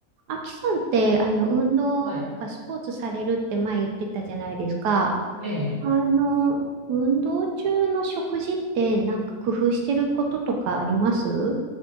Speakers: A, on the right; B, on the right.
A: あきさんって、あの、運動っていうか、
B: はい。
A: スポーツされるって前言ってたじゃないですか。
B: ええ、
A: あの、運動中の食事ってなんか工夫してることとかあります